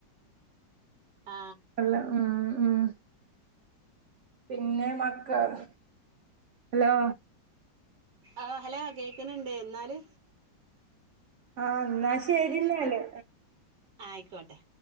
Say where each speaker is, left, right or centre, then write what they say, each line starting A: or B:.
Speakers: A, on the right; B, on the right.
A: ആ
B: അല്ല ഉം ഉം പിന്നെ മക്കള് ഹലോ
A: ആ ഹലോ കേക്ക്‌ന്ന്ണ്ട് എന്നാല്
B: ആ ന്നാ ശെരിന്നാല്
A: ആയിക്കോട്ടെ